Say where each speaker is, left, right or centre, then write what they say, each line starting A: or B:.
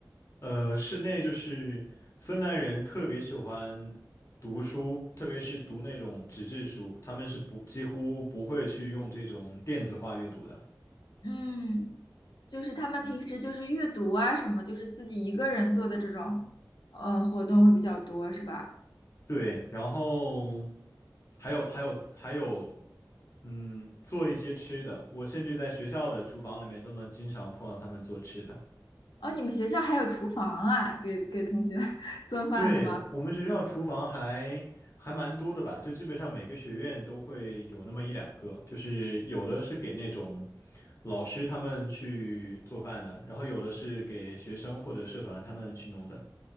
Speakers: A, on the left; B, on the left.
A: 呃，室内就是芬兰人特别喜欢读书，特别是读那种纸质书，他们是不几乎不会去用这种电子化阅读的。
B: 嗯，就是他们平时就是阅读啊什么，就是自己一个人做的这种呃活动会比较多，是吧？
A: 对，然后还有还有还有，嗯，做一些吃的，我甚至在学校的厨房里面都能经常碰到他们做吃的。
B: 哦，你们学校还有厨房啊，给给同学 <laughs> 做饭的吗？
A: 对，我们学校厨房还还蛮多的吧，就基本上每个学院都会有那么一两个，就是有的是给那种老师他们去做饭的，然后有的是给学生或者社团他们去弄的。